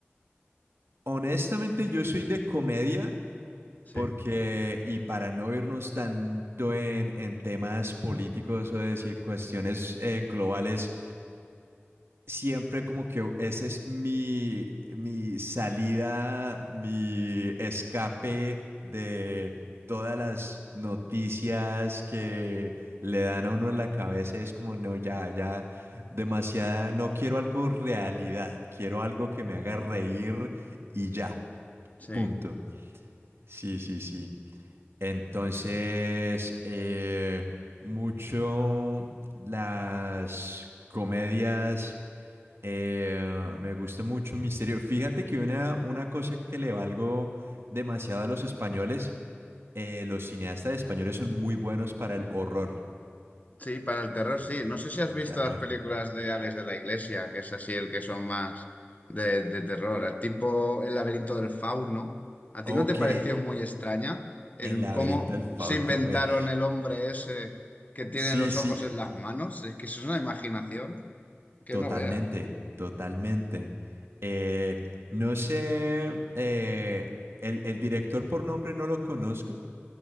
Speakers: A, on the right; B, on the left.
A: honestamente yo soy de comedia
B: Sí,
A: porque, y para no irnos tanto en, en temas políticos o decir cuestiones eh, globales, siempre como que ese es mi, mi salida, mi escape de todas las noticias que le dan a uno en la cabeza. Es como, no, ya, ya, demasiada, no quiero algo realidad, quiero algo que me
B: sí,
A: haga reír y ya,
B: sí,
A: punto. Sí, sí, sí. Entonces, eh, mucho las comedias eh, me gusta mucho Misterio. Fíjate que una, una cosa que le valgo demasiado a los españoles, eh, los cineastas españoles son muy buenos para el horror,
B: Sí, para el terror sí.
A: el,
B: No sé si has
A: el
B: visto
A: terror.
B: las películas de Alex de la Iglesia, que es así el que son más de, de terror, tipo El laberinto del fauno. ¿A
A: Ok,
B: ti no te pareció muy extraña el
A: El laberinto
B: cómo
A: del Fausto,
B: se inventaron
A: güey.
B: el hombre ese que tiene
A: Sí,
B: los
A: sí,
B: ojos en las manos? Es que eso es una imaginación que
A: totalmente,
B: no veas.
A: totalmente. Eh, no sé, eh, el, el director por nombre no lo conozco,